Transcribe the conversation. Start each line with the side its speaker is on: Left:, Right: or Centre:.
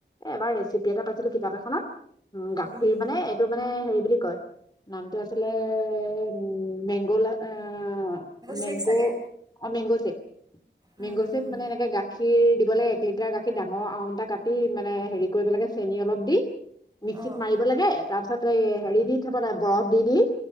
Left: এবাৰ ৰেচিপি এটা পাইছিলোঁ কিতাপ এখনত উ গাখীৰ
Right: উম,
Left: মানে এইটো মানে হেৰি বুলি কয় নামটো আছিলে এ উম মেংগ' লা অ'
Right: শ্বেক
Left: মেংগ',
Right: চাগে
Left: অ মেংগ' চেক।
Right: উম
Left: মেংগ'চেক
Right: উম,
Left: মানে এনেকে গাখীৰ দি <unintelligible> এক লিটাৰ গাখীৰ ডাঙৰ আম এটা কাটি, মানে হেৰি কৰিব লাগে, চেনি অলপ দি মিক্সিত
Right: অঁ
Left: মাৰিব লাগে তাৰ পিছত এই হেৰি দি থব লাগে, বৰফ দি দি